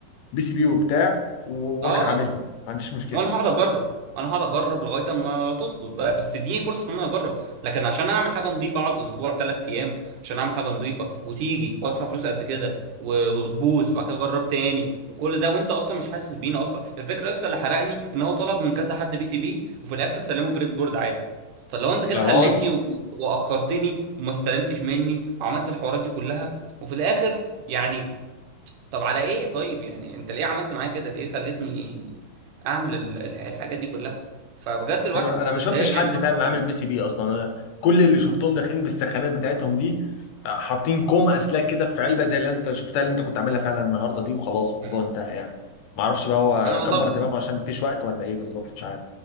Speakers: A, on the left (about 70°); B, on the right (about 65°).
A: بي سي بي وبتاع و...
B: اه
A: وانا هعملها ما عنديش مشكله
B: وانا هقعد اجرب انا هقعد اجرب لغايه اما تظبط بقى بس اديني فرصه ان انا اجرب لكن عشان انا اعمل حاجه نظيفه اقعد اسبوع ثلاث ايام عشان اعمل حاجه نظيفه وتيجي وادفع فلوس قد كده و- وتبوظ وبعد كده اجرب تاني وكل ده وانت اصلا مش حاسس بينا اصلا الفكره لسه اللي حرقني ان هو طلب من كذا حد بي سي بي وفي الاخر سلمه بريد بورد عادي فلو انت كده
A: يا
B: خليتني
A: راجل
B: و- واخرتني وما استلمتش مني وعملت الحوارات دي كلها وفي الاخر يعني طب على ايه طيب يعني انت ليه عملت معايا كده ليه خلتني اعمل ال- الح- الحاجات دي كلها فبجد
A: بس
B: الواحد
A: انا انا ما
B: اتضايق
A: شفتش حد
B: يعني برضك
A: فعلا
B: م-
A: عامل بي سي بي اصلا انا كل اللي شفتهم داخلين بالسخانات بتاعتهم دي آه، حاطين كوم اسلاك كده في علبه زي اللي انت شفتها اللي انت كنت عاملها فعلا النهارده دي وخلاص الموضوع
B: م.
A: انتهى يعني ما اعرفش بقى هو
B: انا والله
A: كبر دماغه عشان ما فيش وقت ولا ايه بالظبط مش عارف